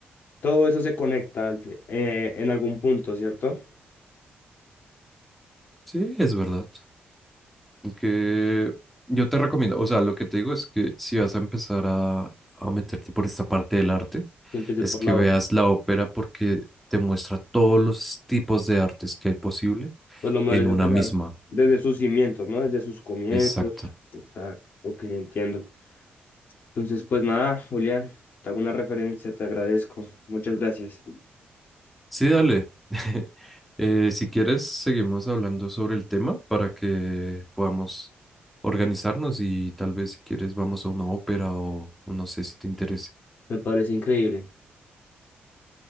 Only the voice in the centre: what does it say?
Sí, es verdad. que yo te recomiendo, o sea, lo que te digo es que si vas a empezar a, a meterte por esta parte del arte,
es
que
veas
la ópera porque te muestra todos los tipos de artes que hay posible
en
una
misma.
Exacto.
Sí, dale. <laughs> Eh, si quieres, seguimos hablando sobre el tema para que podamos organizarnos y tal vez si quieres vamos a una ópera o o no sé si te interese.